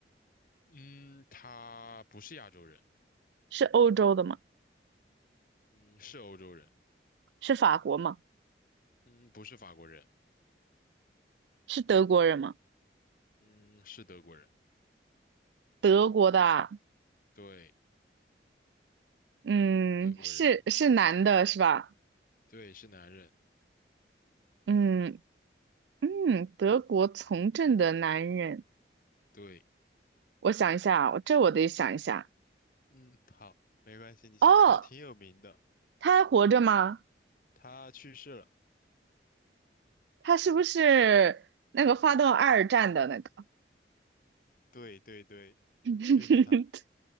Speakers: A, on the left (about 50°); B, on the right (about 75°).
A: 嗯，他不是亚洲人，
B: 是欧洲的吗？
A: 嗯，是欧洲人，
B: 是法国吗？
A: 嗯，不是法国人，
B: 是德国人吗？
A: 嗯，是德国人。
B: 德国的啊，
A: 对，
B: 嗯，
A: 德国人，
B: 是是男的是吧？
A: 对，是男人。
B: 嗯嗯，德国从政的男人。
A: 对。
B: 我想一下啊，我这我得想一下。
A: 嗯，好，没关系，你想，
B: 哦，
A: 他挺有名的，
B: 他还活着吗？
A: 他去世了。
B: 他是不是那个发动二战的那个
A: 对对对，
B: <laughs>
A: 就是他。